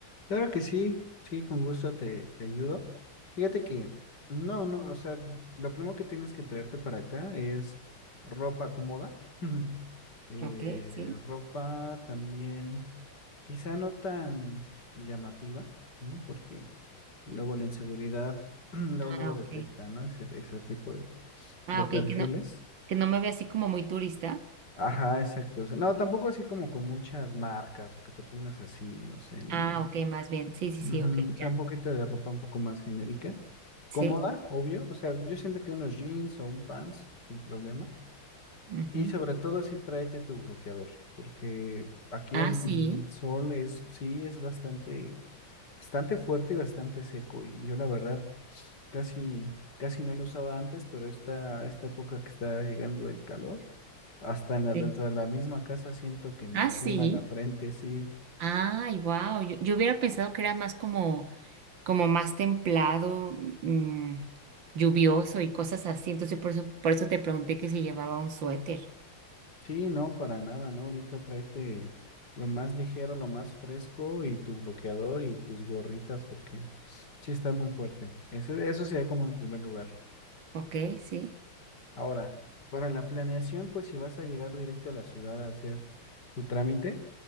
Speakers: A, on the left; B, on the right.
A: claro que sí, sí, con gusto te, te ayudo. Fíjate que, no, no, o sea, lo primero que tienes que traerte para acá es ropa cómoda, Ujú. <laughs> eh,
B: Ok, sí.
A: ropa también quizá no tan llamativa, ¿no? Porque luego la inseguridad, <clears throat> luego,
B: Ah,
A: luego
B: ok.
A: detecta, ¿no? Ese, ese tipo de,
B: Ah,
A: de perfiles.
B: ok, que no, que no me vea así como muy turista.
A: Ajá, exacto. O sea, no, tampoco así como con muchas marcas o que te pongas así, no sé, ¿no?
B: Ah, ok, más bien. Sí, sí,
A: Ujú,
B: sí, ok,
A: O sea,
B: claro.
A: un poquito de ropa un poco más genérica.
B: Sí.
A: Cómoda, obvio. O sea, yo siento que unos jeans o un pants, sin problema.
B: ujú.
A: Y sobre todo si tráete tu bloqueador, porque aquí
B: Ah,
A: el
B: sí.
A: sol es, sí, es bastante, bastante fuerte y bastante seco. Y yo la verdad casi, casi no lo usaba antes, pero esta, esta época que está llegando el calor. Hasta en la-
B: Sí.
A: dentro de la misma casa siento que me
B: Ah, sí.
A: quema la frente, sí,
B: Ay, wow. Yo, yo hubiera pensado que era más como, como más templado, mm, lluvioso y cosas así. Entonces por eso, por eso te pregunté que si llevaba un suéter.
A: sí, no, para nada, ¿no? Ahorita tráete lo más ligero, lo más fresco y tu bloqueador y tus gorritas porque sí está muy fuerte. Ese- eso sería como en primer lugar.
B: Ok, sí,
A: Ahora, para la planeación, pues si vas a llegar directo a la ciudad a hacer tu trámite,